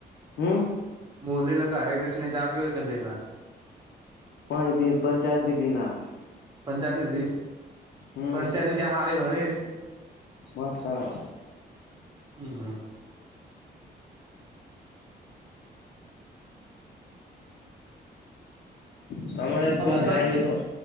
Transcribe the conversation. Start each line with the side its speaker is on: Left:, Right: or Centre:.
Left: હમ
Right: મોરલી નગ હરે કૃષ્ણની ચા પીયો ક શઈ
Left: પા પંચાયત ની પીના
Right: પંચાયતની વિધી
Left: હમ
Right: પંચાયત ન્યાં સારી હોને
Left: મસ્ત આવ્યો
Right: હમ હમ
Left: તમામારે એકલી
Right: વરસાદ
Left: ગાય બેર